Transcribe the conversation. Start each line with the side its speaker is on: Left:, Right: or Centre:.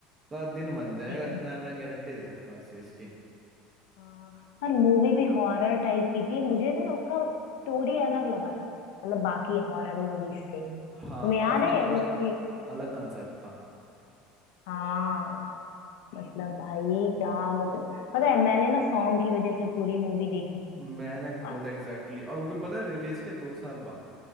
Right: का दिन बन जाएगा
Left: सही
Right: इतना
Left: है।
Right: मैं गारंटी दे सकता हूँ इस चीज़ की
Left: हाँ और मूवी भी हॉरर टाइप की थी मुझे ना उसका स्टोरी अलग लगा था मतलब बाकी हॉरर मूवीज से तुम्हें
Right: हाँ काफी
Left: याद है
Right: अलग
Left: उसकी
Right: अलग कंसेप्ट था
Left: हाँ मतलब भाई क्या मतलब पता है मैंने ना सॉन्ग की वजह से पूरी मूवी देखी थी
Right: मैंने खुद
Left: और
Right: एग्जैक्टली exactly, और वो भी पता है रिलीज के दो साल बाद